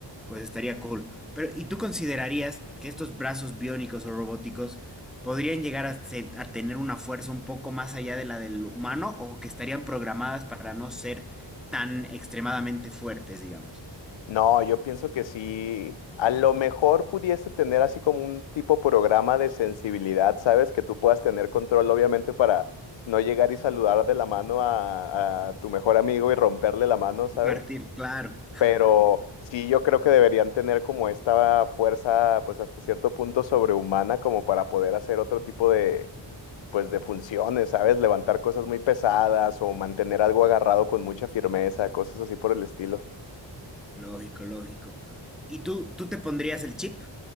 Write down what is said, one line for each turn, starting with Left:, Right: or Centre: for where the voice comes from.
Centre: pues estaría cool. Pero, ¿y tú considerarías que estos brazos biónicos o robóticos podrían llegar a, se- a tener una fuerza un poco más allá de la del humano o que estarían programadas para no ser tan extremadamente fuertes, digamos?
Left: No, yo pienso que sí. A lo mejor pudiese tener así como un tipo programa de sensibilidad, ¿sabes? Que tú puedas tener control, obviamente, para no llegar y saludar de la mano a, a tu mejor amigo y romperle la mano, ¿sabes?
Centre: Partir, claro.
Left: Pero sí, yo creo que deberían tener como esta fuerza, pues hasta cierto punto sobrehumana, como para poder hacer otro tipo de, pues de funciones, ¿sabes? Levantar cosas muy pesadas o mantener algo agarrado con mucha firmeza, cosas así por el estilo.
Centre: Lógico, lógico. ¿Y tú, tú te pondrías el chip?